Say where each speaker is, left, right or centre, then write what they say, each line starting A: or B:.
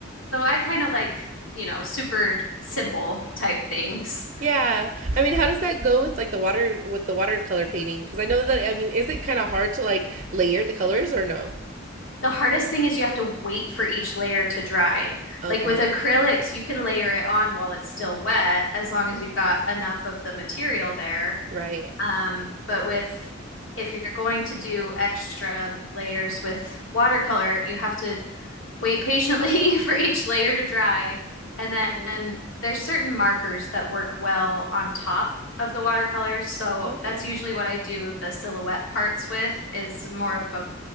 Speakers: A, on the left (about 75°); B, on the right (about 40°).
A: So I kind of like, you know, super simple type things.
B: Yeah. I mean, how does that go with like the water with the watercolor painting? Because I know that I mean, is it kind of hard to like layer the colors or no?
A: The hardest thing is you have to wait for each layer to dry.
B: Okay.
A: Like with acrylics, you can layer it on while it's still wet as long as you've got enough of the material there.
B: Right.
A: Um, but with if you're going to do extra layers with watercolor, you have to wait patiently <laughs> for each layer to dry. And then
B: Right.
A: and there's certain markers that work well on top of the watercolors. So
B: Okay.
A: that's usually what I do the silhouette parts with is more of a